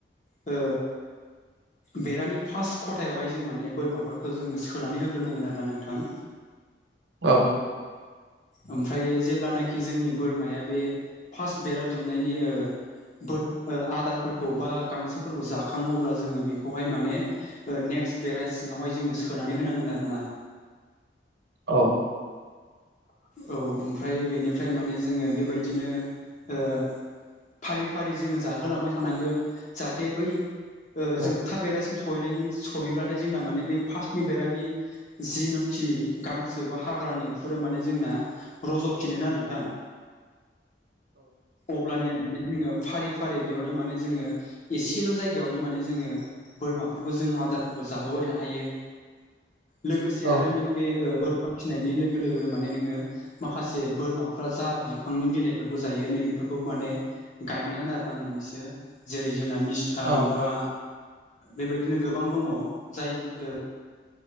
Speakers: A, on the left (about 45°); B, on the right (about 85°).
A: ओ बेरानि फार्स्ट खथायावहाय जों माने बोरमाफोरखौ जोङो सोनानै होग्रोनांगोन आरो ना नोंथां।
B: औ।
A: ओमफ्राय जेब्लानाखि जोंनि बोरमाया बे फार्स्ट बेरा दुमनायनि ओ बो ओ आदारफोरखौबा गांसोफोरखौ जाखाङो अब्ला जोङो बेखौहाय माने ओ नेकस्ट बेरा सिङावहाय जोङो सोनानै होनांगोन आरो ना।
B: औ
A: औ ओमफ्राय बेनिफ्राय माने जोङो बेबायदिनो ओ फारि फारि जोङो जाहोलांबाय थानांगोन जाहाथे बै ओ
B: औ
A: जोबथा बेरासिम स सहैनायनि सहैब्लाथाय जोंना माने बै फार्स्टनि बेरानि जिनोखि गांसो बा हाग्रानि फोर माने जोंना रज'फिनो नोंथां अब्लानिया माने जोङो फारि फारि बेयावनो माने जोङो एसेल' जायगायावनो माने जोङो बोरमाफोरखौ जों आदारबो जाहोबाय थानो हायो। लोगोसे
B: औ
A: आरो नों बे ओ बोरमा फिनायनि लोगो लोगो माने माने नोङो माखासे बोरमाफ्रा जा बिफांनि बिलाइफोरखौ जायो नै बेफोरखौ माने गायनांगोन आरो ना मोननैसो जेरै जोंना मिस थां
B: औ
A: बा बेबायदिनो गोबां दङ जाय